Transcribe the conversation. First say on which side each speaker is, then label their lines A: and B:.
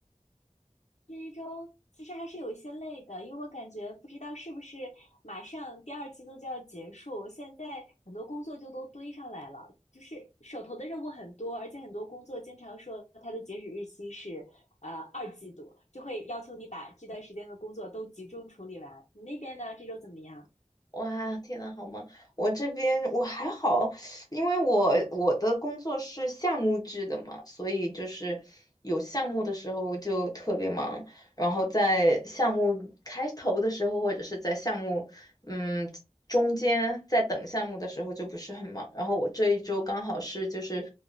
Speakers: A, on the left (about 65°); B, on the left (about 30°).
A: 这一周其实还是有一些累的，因为我感觉不知道是不是马上第二季度就要结束，现在很多工作就都堆上来了，就是手头的任务很多，而且很多工作经常说它的截止日期是呃二季度，就会要求你把这段时间的工作都集中处理完。你那边呢？这周怎么样？
B: 哇，天呐，好忙！我这边我还好，因为我我的工作是项目制的嘛，所以就是有项目的时候就特别忙，然后在项目开头的时候，或者是在项目嗯中间在等项目的时候就不是很忙。然后我这一周刚好是就是